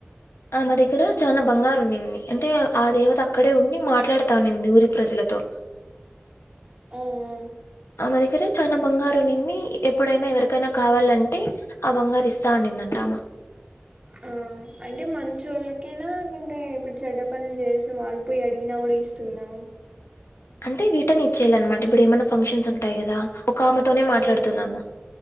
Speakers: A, on the left (about 80°); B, on the right (about 25°).
A: ఆ మరి ఇక్కడ చాలా బంగారు ఉన్నింది అంటే ఆ దేవత అక్కడే ఉండి మాట్లాడతానింది ఊరి ప్రజలతో
B: ఆ
A: ఆ మా దగ్గర చాలా బంగారు నింది ఎప్పుడైనా ఎవరికైనా కావాలంటే ఆ బంగారి ఇస్తా అనిందంట అమ
B: ఆ అంటే మంచోళ్ళకేనా లేకుంటే ఇప్పుడు చెడ్డ పనులు చేసి వాళ్ళి పోయి అడిగినా కూడా ఇస్తుందా
A: అంటే రిటర్న్ ఇచ్చేయాల అన్నమాట ఇప్పుడు ఏమైన్నా ఫంక్షన్స్ ఉంటాయి కదా ఒక ఆమెతోనే మాట్లాడుతుంద
B: ఓహో
A: అమ్మ